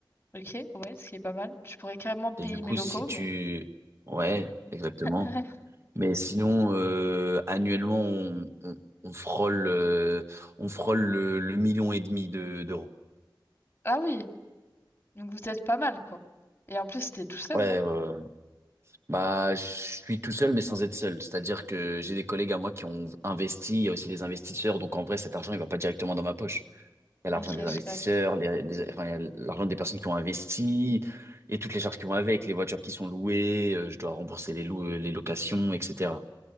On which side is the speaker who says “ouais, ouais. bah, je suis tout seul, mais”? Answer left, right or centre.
Right